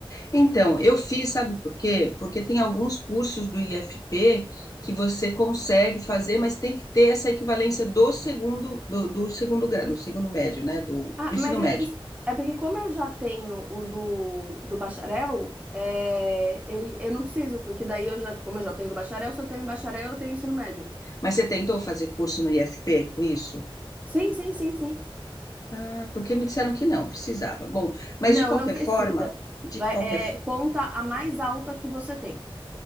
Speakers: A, on the left; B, on the right.
A: Então, eu fiz, sabe por quê? Porque tem alguns cursos do IFP que você consegue fazer, mas tem que ter essa equivalência do segundo, do, do segundo grau, do segundo médio, né? Do,
B: Ah,
A: do ensino
B: mas
A: médio.
B: é porque, é porque como eu já tenho o do, do bacharel, é, ele, eu não preciso, porque daí eu já, como eu já tenho do bacharel, se eu tenho bacharel, eu tenho ensino médio.
A: Mas você tentou fazer curso no IFP com isso?
B: Sim, sim, sim, sim.
A: Ah, porque me disseram que não, precisava. Bom, mas
B: Não,
A: de qualquer
B: não precisa.
A: forma, de
B: Vai,
A: qualquer,
B: é, conta a mais alta que você tem.